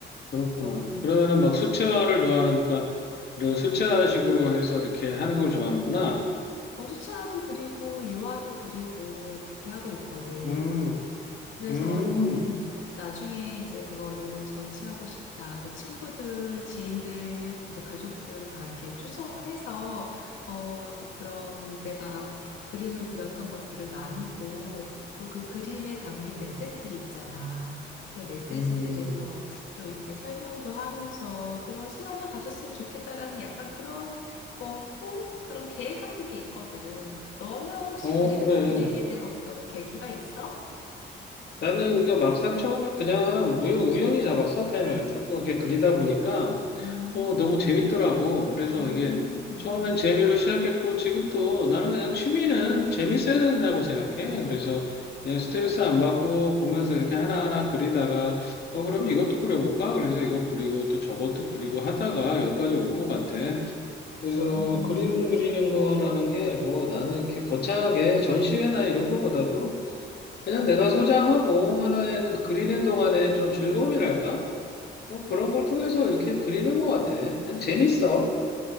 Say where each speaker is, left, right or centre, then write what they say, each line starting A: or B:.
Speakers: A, on the left (about 55°); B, on the left (about 75°).
A: 그렇구나.
B: 너, 음.
A: 그러면은 막 수채화를 좋아하니까 이런 수채화식으로 해서 이렇게 하는 걸 좋아하는구나.
B: 어, 수차도 그리고 유아도 그리고 그렇게 하고 있거든.
A: 음.
B: 그래서
A: 음,
B: 음 나중에 이제 그거를 전시하고 싶다. 그래서 친구들, 지인들, 이제 가족들 다 이렇게 초청을 해서 어 그런 내가 그림을 그렸던 것들을 나누고 또 그 그림에 담긴 메시지들이 있잖아. 그 메시지들에서
A: 음,
B: 또 이렇게 설명도 하면서 그런 시간을 가졌으면 좋겠다라는 약간 그런 뭐 꿈? 그런 계획 같은 게 있거든. 너는 혹시
A: 어,
B: 그림을
A: 그래.
B: 그리게 된 어떤 계기가 있어?
A: 나는 그 막상 처음에 그냥 무여, 우연히 잡았어, 펜을. 자꾸 이렇게 그리다 보니까,
B: 음,
A: 어, 너무 재밌더라고. 그래서
B: 음,
A: 이게 처음엔 재미로 시작했고, 지금도 나는 그냥 취미는 재밌어야 된다고 생각해. 그래서 그냥 스트레스 안 받고 보면서 이렇게 하나하나 그리다가, 어, 그럼 이것도 그려볼까? 그래서 이것 그리고 또 저것도 그리고 하다가 여기까지 온 것 같아. 그래서
B: 음,
A: 그림 그리는 거라는 게 뭐 나는 이렇게 거창하게 전시회나 이런 거보다도 그냥 내가 소장하고 하나의 그 그리는 동안에 좀 즐거움이랄까? 뭐 그런 걸 통해서 이렇게 그리는 것 같아. 그냥 재밌어.